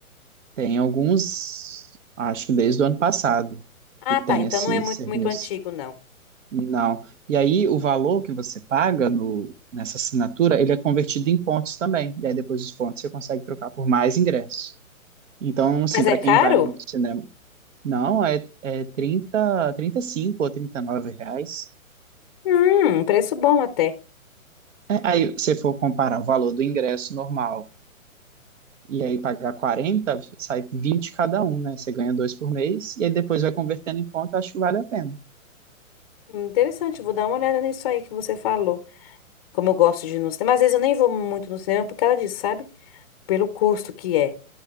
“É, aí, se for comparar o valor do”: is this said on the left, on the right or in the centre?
Right